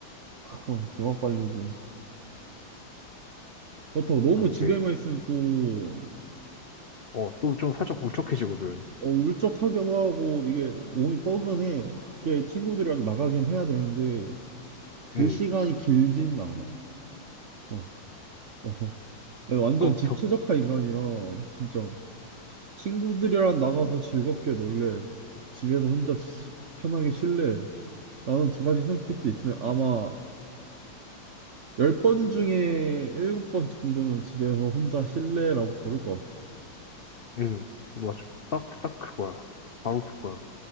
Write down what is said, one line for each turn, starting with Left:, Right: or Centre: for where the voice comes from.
Right: 참 기만 빨리지. 그렇다고 너무
Left: 근데
Right: 집에만 있으면 또
Left: 어 또 좀 살짝 울적해지거든,
Right: 어, 울적하기도 하고 이게 몸이 뻐근해 밖에 친구들이랑 나가긴 해야 되는데 그
Left: 음,
Right: 시간이 길지는 않아. 어, 어. 내가 완전
Left: 어,
Right: 집
Left: 저,
Right: 최적화 인간이라 진짜 친구들이랑 나가서 즐겁게 놀래 집에서 혼자 쉬- 편하게 쉴래 나는 두 가지 선택지 있으면 아마 열 번 중에 일곱 번 정도는 집에서 혼자 실내라고 고를 것 같아.
Left: 음, 맞아, 딱 딱 그거야, 바로 그거야,